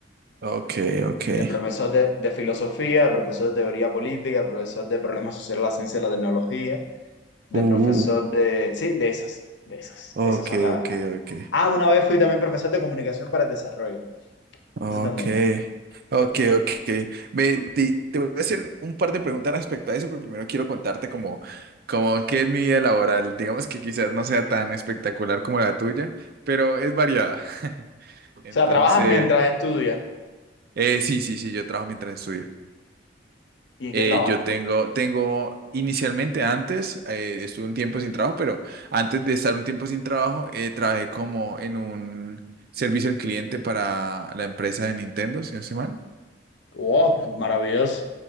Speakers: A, on the right (about 55°); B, on the left (about 80°).
A: okay, okay.
B: De profesor de, de filosofía, de profesor de teoría política, de profesor de problemas sociales, la ciencia y la tecnología de
A: Uh,
B: profesor de... Sí, de esas, de esas.
A: okay,
B: Esas son las...
A: okay, ok.
B: Ah, una vez fui también profesor de comunicación para el desarrollo.
A: Ok,
B: Eso también.
A: ok, ok. Me, ti- te, voy a hacer un par de preguntas respecto a eso, pero primero quiero contarte como, como qué es mi vida laboral. Digamos que quizás no sea tan espectacular como la tuya, pero es variada. <laughs> Entonces,
B: O sea, trabajas mientras estudias.
A: eh, sí, sí, sí, yo trabajo mientras estudio.
B: ¿Y en
A: Eh,
B: qué trabajas?
A: yo tengo, tengo inicialmente antes, eh, estuve un tiempo sin trabajo, pero antes de estar un tiempo sin trabajo, eh, trabajé como en un servicio al cliente para la empresa de Nintendo, si no estoy mal.
B: ¡Oh, maravilloso!